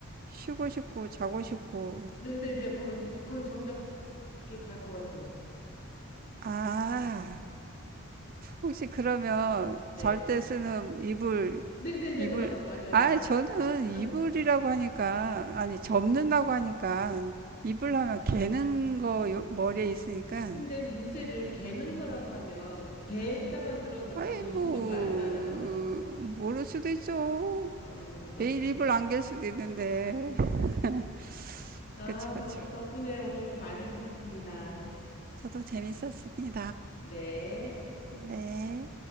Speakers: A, on the right; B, on the left.
A: 쉬고 싶고 자고 싶고.
B: 네네네, 거의, 거의 정답게 갈 것 같아요.
A: 아, 혹시 그러면
B: 네.
A: 잘 때 쓰는 이불
B: 네네네,
A: 이불,
B: 맞, 맞아요,
A: 아,
B: 맞아요.
A: 저는 이불이라고
B: <laughs> 응.
A: 하니까, 아니, 접는다고 하니까, 이불 하면 개는 거 요- 머리에 있으니까,
B: 근데 문제를 개는 거라고 하면 개 자만 들어도
A: 아이,
B: 다 이분인
A: 뭐,
B: 거 알잖아요.
A: 모를 수도 있죠.
B: <laughs> 아,
A: 매일 이불 안 갤 수도 있는데. <laughs>
B: 아,
A: 그쵸, 그쵸.
B: 덕, 덕분에 오늘 많이 웃었습니다.
A: 저도 재밌었습니다.
B: 네.
A: 네.